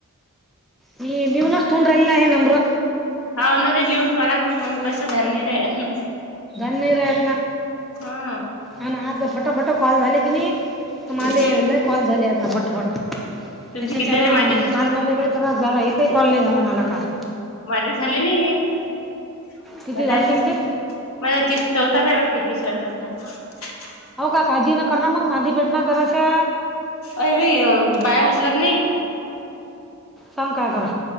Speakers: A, in the centre; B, on the left.
A: मी बिऊनच थवून राहिले ना नाही नम्र
B: हा न लिहून ठवाला मंग कस ध्य आहे
A: धन नाही रात ना
B: हा
A: आणि आज फटाफट कॉल झाले की नाही तुमला
B: हम्म
A: लय कॉल झाले आता फटफट
B: तुमचे
A: त्याच्याच्यान
B: किती झाले माझे
A: काल मला त्रास झाला एकही कॉल नाही झाला मला काल
B: माझे झाले नाही हेे <unintelligible>
A: किती झाले तुमचे हो काय काळजी न कर ना मग नांदी भेट ना जराशा,
B: अ बाई बाया उचलत नाही.
A: सांग काय करा.